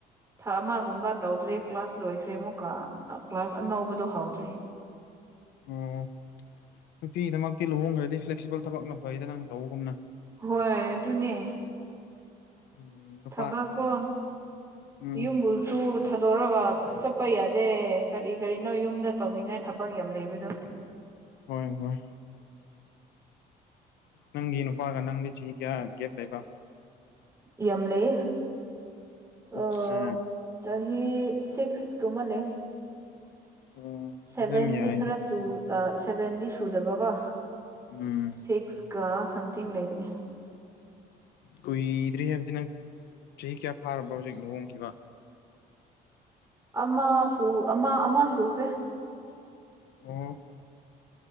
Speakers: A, on the right; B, on the left.
A: ꯊꯥ ꯑꯃꯒꯨꯝꯕ ꯇꯧꯗ꯭ꯔꯦ ꯀ꯭ꯂꯥꯁ ꯂꯣꯏꯈ꯭ꯔꯦ ꯑꯃꯨꯛꯀ ꯀ꯭ꯂꯥꯁ ꯑꯅꯧꯕꯗꯣ ꯍꯧꯗ꯭ꯔꯤ
B: ꯑꯣ ꯅꯨꯄꯤꯒꯤꯗꯃꯛꯇꯤ ꯂꯨꯍꯣꯡꯈ꯭ꯔꯗꯤ ꯐ꯭ꯂꯦꯛꯁꯤꯕꯜ ꯊꯕꯛꯅ ꯐꯩꯗ ꯅꯪ ꯇꯧꯕꯒꯨꯝꯅ
A: ꯍꯣꯏ ꯑꯗꯨꯅꯦ
B: ꯎꯝ ꯅꯨꯄꯥ
A: ꯊꯕꯛꯀꯣ
B: ꯎꯝ
A: ꯌꯨꯝꯕꯨꯁꯨ ꯊꯥꯗꯣꯔꯒ ꯆꯠꯄ ꯌꯥꯗꯦ ꯀꯔꯤ ꯀꯔꯤꯅꯣ ꯌꯨꯝꯗ ꯇꯧꯅꯤꯡꯉꯥꯏ ꯊꯕꯛ ꯌꯥꯝ ꯂꯩꯕꯗꯨ
B: ꯍꯣꯏ ꯍꯣꯏ ꯅꯪꯒꯤ ꯅꯨꯄꯥꯒ ꯅꯪꯗꯤ ꯆꯍꯤ ꯀꯌꯥ ꯒꯦꯞ ꯂꯩꯕ
A: ꯌꯝ ꯂꯩꯌꯦ
B: ꯑꯠꯆꯥ
A: ꯑ ꯆꯍꯤ ꯁꯤꯛꯁ ꯀꯨꯝꯕ ꯂꯩꯌꯦ
B: ꯑꯣ
A: ꯁꯦꯚꯦꯟꯗꯤ
B: ꯑꯗꯨꯝ ꯌꯥꯏꯗ
A: ꯈꯔ ꯆꯨ ꯑ ꯁꯦꯚꯦꯟꯗꯤ ꯁꯨꯗꯕꯀꯣ
B: ꯎꯝ
A: ꯁꯤꯛꯁ ꯀ ꯁꯝꯊꯤꯡ ꯂꯩꯕꯅꯦ
B: ꯀꯨꯏꯗ꯭ꯔꯤ ꯍꯥꯏꯕꯗꯤ ꯅꯪ ꯆꯍꯤ ꯀꯌꯥ ꯐꯥꯔꯕ꯭ꯔꯣ ꯍꯧꯖꯤꯛ ꯂꯨꯍꯣꯡꯈꯤꯕ
A: ꯑꯃꯁꯨ ꯑꯃ ꯑꯃ ꯁꯨꯈ꯭ꯔꯦ
B: ꯑꯣ